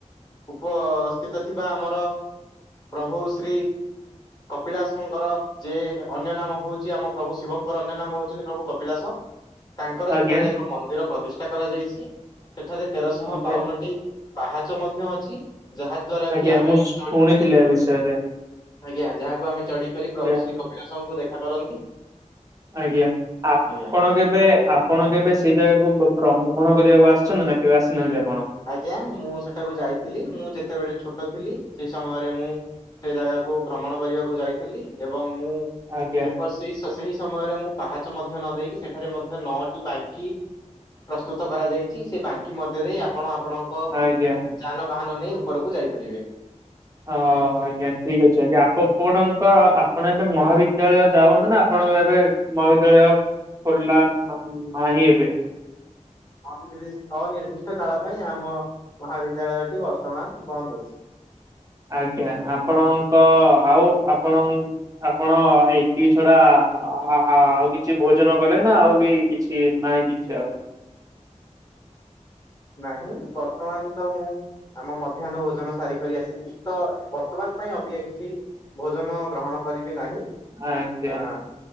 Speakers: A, on the left; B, on the right.
A: ଉପସ୍ଥିତ ଥିବା ଆମର ପ୍ରଭୁ ଶ୍ରୀ କପିଳାସଙ୍କର ଯେ ଅନ୍ୟ ନାମ ହଉଛି ଆମ ପ୍ରଭୁ ଶିବଙ୍କର ଅନ୍ୟ ନାମ ହଉଛନ୍ତି ପ୍ରଭୁ କପିଳାସ। ତାଙ୍କର
B: ଆଜ୍ଞା
A: ସେଠାରେ ଏକ ମନ୍ଦିର ପ୍ରତିଷ୍ଠା କରାଯାଇଛି। ସେଠାରେ ତେରଶହ
B: ଆଜ୍ଞା
A: ବାଉନଟି ପାହାଚ ମଧ୍ୟ ଅଛି। ଯାହା ଦ୍ଵାରା
B: ଆଜ୍ଞା
A: କି ଆମେ
B: ମୁଁ ଶୁଣିଥିଲି
A: ଚଢ଼ି କରି,
B: ଏ ବିଷୟରେ
A: ଆଜ୍ଞା ଯାହାକୁ ଆମେ ଚଢ଼ି କରି
B: ଆଜ୍ଞା।
A: ପ୍ରଭୁ ଶ୍ରୀ କପି ପଳାସଙ୍କୁ ଦେଖା କରନ୍ତି
B: ଆଜ୍ଞା। ଆପଣ
A: ଆଜ୍ଞା।
B: କେବେ ଆପ ଆପଣ କେବେ ସେଇ ଜାଗାକୁ ବ୍ର ଭ୍ରମଣ କରିବାକୁ ଆସିଛନ୍ତି, ନା କେବେ ଆସିନାହାଁନ୍ତି ଆପଣ?
A: ଆଜ୍ଞା, ମୁଁ ସେଟାକୁ ଯାଇଥିଲି। ମୁଁ ଯେତେବେଳେ ଛୋଟ ଥିଲି, ସେଇ ସମୟରେ ମୁଁ ସେ ଜାଗାକୁ ଭ୍ରମଣ କରିବାକୁ ଯାଇଥିଲି। ଏବଂ ମୁଁ
B: ଆଜ୍ଞା
A: ସେ ଫସ ସେଇ ସ ସେହି ସମୟରେ ମୁଁ ପାହାଚ ମଧ୍ୟ ନ ଦେଇକି, ସେଠାରେ ମଧ୍ୟ ନଅଟି ବାଙ୍କି ପ୍ରସ୍ତୁତ କରାଯାଇଛି, ସେ ବାଙ୍କି ମଧ୍ୟ ଦେଇ ଆପ ଆପଣ ଆପଣଙ୍କ
B: ଆଜ୍ଞା।
A: ଯାନବାହାନ ନେଇ ଉପରକୁ ଯାଇପାରିବେ।
B: ହଁ ଆଜ୍ଞା, ଠିକ ଅଛି ଆଜ୍ଞା। ଆପ ପଣଙ୍କର ଆପଣ ଏବେ ମହାବିଦ୍ୟାଳୟ ଯାଉନ୍ତୁ, ନା ଆପଣଙ୍କର ଏବେ ମହାବିଦ୍ୟାଳୟ ଖୋଲା ନାହିଁ ଏବେ।
A: ଅନିର୍ଦ୍ଦି ଅନିର୍ଦ୍ଦିଷ୍ଟ କାଳ ପାଇଁ ଆମ ମହାବିଦ୍ୟାଳୟଟି ବର୍ତ୍ତମାନ ବନ୍ଦ ଅଛି।
B: ଆଜ୍ଞା। ଆପଣଙ୍କ ଆଉ ଆପଣ ଆପଣ ଏଇତିକି ଛଡା ଆ-ଆ-ଆଉ କିଛି ଭୋଜନ କଲେ ନା ଆଉ ବି କିଛି କି ନାଇଁ କିଛି ଆଉ।
A: ନାହିଁ, ବର୍ତ୍ତମାନ ତ ମୁଁ ଆମ ମଧ୍ୟାହ୍ନ ଭୋଜନ ସାରି କରି ଆସିବି ତ, ବର୍ତ୍ତମାନ ପାଇଁ ଅବିକା କିଛି ଭୋଜନ ଗ୍ରହଣ କରିବି ନାହିଁ।
B: ଆଜ୍ଞା
A: ଆ